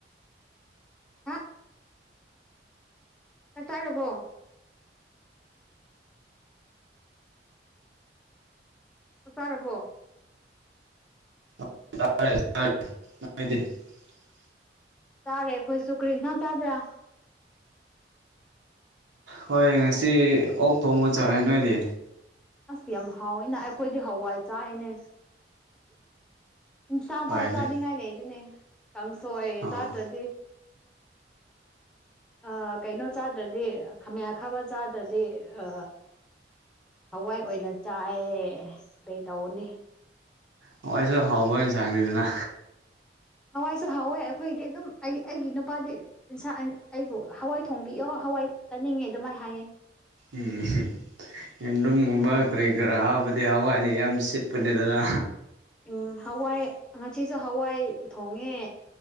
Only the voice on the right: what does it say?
<inaudible>
ꯍꯣꯏ ꯉꯁꯤ ꯑꯣꯛ ꯊꯣꯡꯕ ꯆꯥꯏ ꯅꯣꯏꯗꯤ
ꯐꯔꯦꯅꯦ
ꯑꯣ
ꯍꯋꯥꯏꯁꯨ ꯍꯥꯎꯕ ꯏꯅꯁꯥꯡꯅꯤꯗꯅ꯫
ꯎꯝ꯫ ꯌꯦꯨꯝꯗꯨꯝꯒꯨꯝꯕ ꯀꯔꯤ ꯀꯔ ꯍꯥꯞꯕꯗꯤ ꯍꯋꯥꯏꯗꯤ ꯌꯥꯝ ꯁꯤꯠꯄꯅꯦꯗꯅ꯫